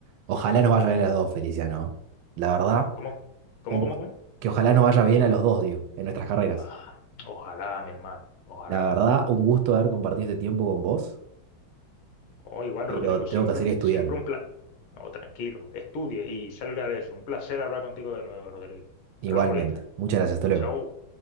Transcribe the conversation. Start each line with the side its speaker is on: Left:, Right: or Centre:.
Right: Ojalá nos vaya
Left: Ujú.
Right: bien a los dos, Felicia, ¿no? La verdad,
Left: ¿Cómo? ¿Cómo,
Right: un
Left: cómo,
Right: gust-
Left: cómo?
Right: que ojalá nos vaya bien a los dos, digo, en nuestras carreras.
Left: Ah, ojalá, mi hermano, ojalá.
Right: La verdad, un gusto haber compartido este tiempo con vos,
Left: Oh, igual,
Right: pero
Left: Rodrigo,
Right: tengo
Left: siempre
Right: que seguir
Left: un,
Right: estudiando.
Left: siempre un placer. No, tranquilo, estudie y salga de eso. Un placer hablar contigo de nuevo, Rodrigo.
Right: Igualmente.
Left: Hablamos ahorita.
Right: Muchas gracias, hasta luego.
Left: Chao.